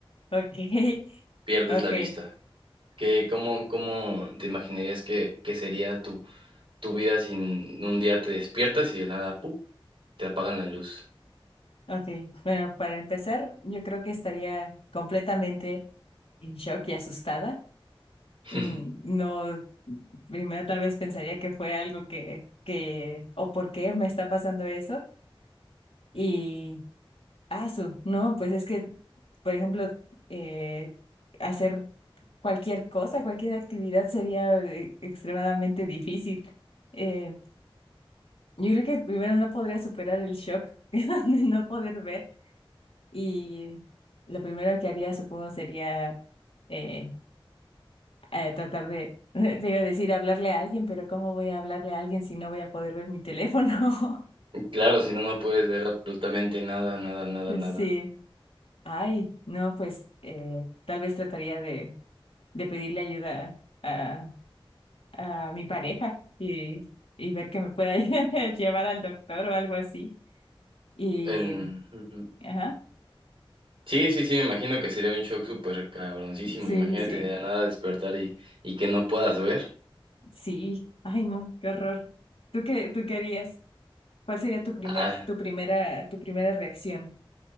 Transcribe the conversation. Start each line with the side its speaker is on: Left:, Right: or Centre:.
Left: ok, <laughs>
Right: pierdes
Left: ok,
Right: la vista. ¿Qué, cómo, cómo te imaginarías que, que sería tu, tu vida sin un día te despiertas y de nada, ¡pup! te apagan la luz?
Left: ok. Bueno, para empezar, yo creo que estaría completamente en shock y asustada
Right: <laughs>
Left: Mm, No, primero tal vez pensaría que fue algo que, que, o por qué me está pasando eso. Y, ah, su, no, pues es que, por ejemplo, eh, hacer cualquier cosa, cualquier actividad sería eh, extremadamente difícil. Eh, yo creo que primero no podría superar el shock <laughs> de no poder ver. Y lo primero que haría, supongo, sería... eh, eh, tratar de, <laughs> te iba a decir hablarle a alguien, pero ¿cómo voy a hablarle a alguien si no voy a poder ver mi teléfono? <laughs>
Right: Claro, si no, no puedes ver absolutamente nada, nada, nada, nada.
Left: Sí, ay, no, pues eh, tal vez trataría de, de pedirle ayuda a, a mi pareja y, y ver que me pueda <laughs> llevar al doctor o algo así. Y,
Right: En- ujú.
Left: ajá,
Right: Sí, sí, sí, me imagino que sería un shock súper cabroncísimo.
Left: sí,
Right: Imagínate
Left: sí, sí,
Right: de la nada despertar y, y que no puedas ver.
Left: sí, ay, no, qué horror. ¿Tú qué, tú qué harías? ¿Cuál sería tu primer,
Right: Ah,
Left: tu primera, tu primera reacción?